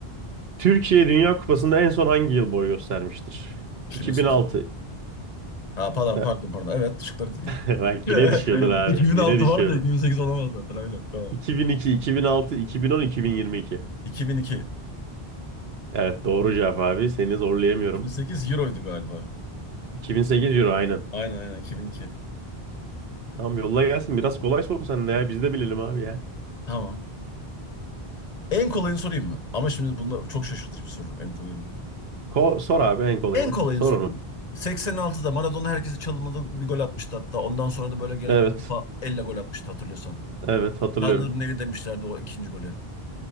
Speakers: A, on the right (about 75°); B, on the left (about 45°).
A: Türkiye Dünya Kupası'nda en son hangi yıl boy göstermiştir?
B: 2008.
A: 2006.
B: Ha pardon
A: <laughs>
B: pardon pardon. Evet şıkları dediğim.
A: Bak
B: <laughs>
A: yine düşüyordun abi.
B: 2006
A: Yine düşüyordun.
B: var da 2008 olamaz zaten aynen. Tamam.
A: 2002, 2006, 2010, 2022.
B: 2002.
A: Evet doğru cevap abi. Seni zorlayamıyorum.
B: 2008 Euro'ydu galiba.
A: 2008 Euro aynen.
B: Aynen aynen 2002.
A: Tamam yolla gelsin. Biraz kolay sor sen de ya. Biz de bilelim abi ya.
B: Tamam. En kolayını sorayım mı? Ama şimdi bunda çok şaşırtıcı bir soru. En kolayını.
A: Ko sor abi en kolayını.
B: En kolayını
A: Sor
B: soruyorum.
A: onu.
B: 86'da Maradona herkesi çalımladı bir gol atmıştı hatta. Ondan sonra da böyle gelen
A: Evet.
B: kupa elle gol atmıştı hatırlıyorsan.
A: Evet hatırlıyorum.
B: Tanrı'nın eli demişlerdi o ikinci golü.